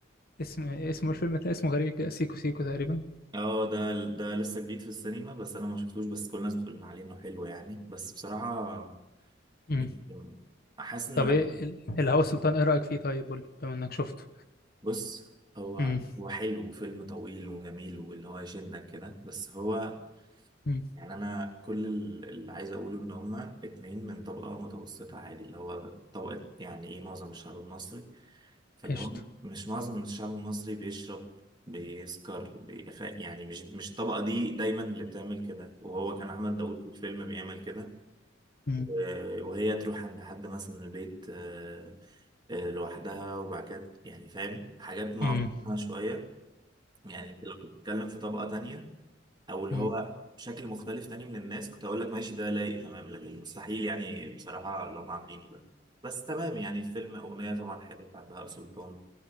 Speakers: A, on the left; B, on the right.
A: اسم اسمه الفيلم ده اسمه غريب كده سيكو سيكو تقريبا
B: اه ده ده لسه جديد في السينما بس أنا ما شفتوش بس كل الناس بتقول عليه إنه حلو يعني بس بصراحة
A: مم.
B: إيه، حاسس ان
A: طب
B: لا
A: ايه ال- الهوى سلطان ايه رايك فيه طيب قول لي بما انك شفته
B: بص هو
A: مم.
B: هو حلو وفيلم طويل وجميل واللي هو يشدك كده بس هو
A: مم.
B: يعني انا كل ال- اللي عايز اقوله ان هما اتنين من طبقة متوسطة عادي اللي هو طبقة يعني ايه معظم الشعب المصري فاللي
A: قشطه
B: هو مش معظم الشعب المصري بيشرب بيسكر بيخ... يعني مش مش الطبقة دي دايما اللي بتعمل كده وهو كان احمد داوود في الفيلم بيعمل كده
A: مم.
B: و- وهي تروح عند حد مثلا من البيت آه، آه، لوحدها وبعد كده يعني فاهم حاجات ما
A: مم.
B: أفضلها شوية يعني انت لو كنت بتتكلم في طبقة تانية أو اللي
A: مم.
B: هو شكل مختلف تاني من الناس كنت أقول لك ماشي ده لايق تمام لكن مستحيل يعني بصراحة اللي هم عاملينه ده بس تمام يعني فيلم أغنية طبعا حلوة بتاعت بهاء سلطان